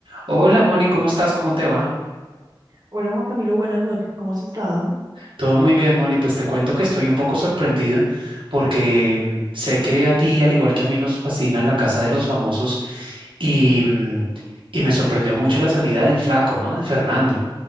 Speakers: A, on the right; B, on the right.
A: Hola Moni, ¿cómo estás? ¿Cómo te va?
B: Hola Juan Camilo, buenas noches, ¿cómo has estado?
A: Todo muy bien, Moni. Pues te cuento que estoy un poco sorprendido porque mm, sé que a ti, al igual que a mí, nos fascina La Casa de los Famosos y, mm, y me sorprendió mucho la salida del flaco, ¿no? De Fernando.